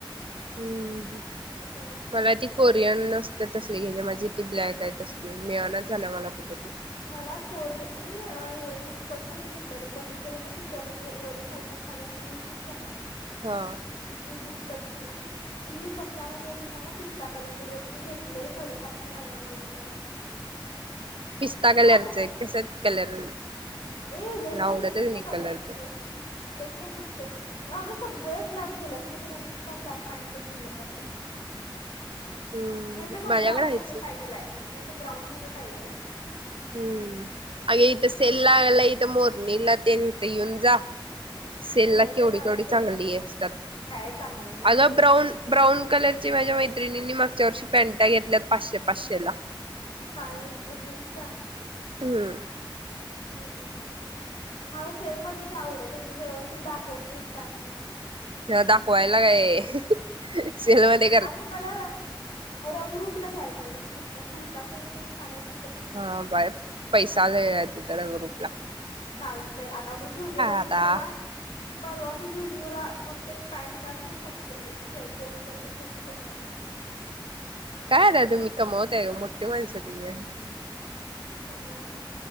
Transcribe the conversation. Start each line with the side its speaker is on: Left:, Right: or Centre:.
Right: हम्म.
Left: जे येस वाली.
Right: मला ती कोरियन असते तसली घजे माझी ती ब्लॅक आहे तसली मिळनाच झाला मला कुठ त.
Left: मला कोरि मी हे बुटकटचले बघितलेलं काय तिथं म्हणजे वरून टायटन खाली असा लूज नसत्या काय.
Right: हा.
Left: ते बुटकटची. ती कशामध्ये होती सांगू पिस्ता कलर मध्ये होती मी घेतलेलं ठेवलं सातशे नव्याण्णव रुपयाला.
Right: पिस्ता कलरच
Left: छान होतं
Right: कस कलर.
Left: ए लई छान
Right: आवडतच
Left: दिसतय तो
Right: नाही
Left: काल
Right: कलर तो
Left: लई छान लई छान दिसतय. अग सगळे ब्लॅक झालेत मी त्या काय नुसत ब्लॅक पॅन्टच झालेत असे.
Right: हम्म
Left: नाही तर मग
Right: माझ्याकडे
Left: ब्राऊन
Right: आहेच
Left: मध्ये
Right: सोड
Left: पाहिजेल हाय तर ब्राऊन मध्ये पाहिजेलाय.
Right: हम्म अगे इथ सेलगला इथ मोरणीला तन इत इवन जा. सेल
Left: नाही
Right: ला
Left: बाई
Right: केवढी
Left: मला
Right: केवढी
Left: फिरवत
Right: चांगली असतात
Left: काय चांगलं नाही
Right: आग
Left: येते
Right: ब्राऊन.
Left: मला
Right: ब्राऊन कलरची माझ्या मैत्रिणीनी मागच्या वर्षी पॅन्टा घेतल्यात पाचशे पाचशे ला.
Left: काय जीन्सच्या.
Right: हम्म.
Left: हम्म बघूया बाई मला सेल मधलं ते आवडतच व्यवस्थित दाखवत नाहीत काय नाही.
Right: ह्याला दाखवायला काय सेलमध्ये.
Left: आणि मला र रंगरूपला जायचंय रंगरूपला कुर्ता सेट तेन छान आहेत तिथ
Right: हा बार पैसा लई हाय तथ रंगरुपला.
Left: चालतंय आता मग झुडीओ मी
Right: आता
Left: परवा. परवा मी झुडिओला फक्त एक पॅन्ट आणि फक्त एक शर्ट दोन हजार रुपये खर्च करून आलोय.
Right: काय रा तुम्ही कमवताय का मोठठी माणस तुम्ही.
Left: कमावते